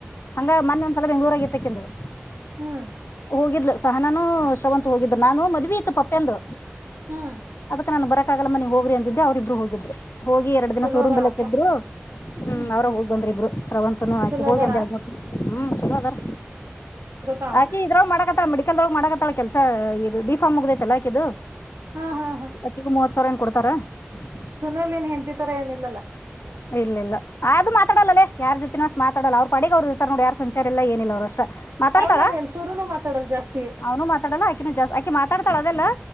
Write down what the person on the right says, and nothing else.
ಹೂ <unintelligible>
ಹ್ಮ್
ಚಲೋ
ಅದಾಳ
ಅಕ್ಕ
ಹ್ಮ್
ಚಲೋ
ಅದಾರ
ಗೊತ್ತಾವನು
ಹಾ ಹಾ
ಸುನೀಲ್ ನ್ ಹೆಂತಿತರ ಏನಿಲ್ಲಲ್ಲಾ? <unintelligible>
ಅವನವ್ರ ಏನ್ ಸುರುನು ಮಾತಾಡಲ್ ಜಾಸ್ತಿ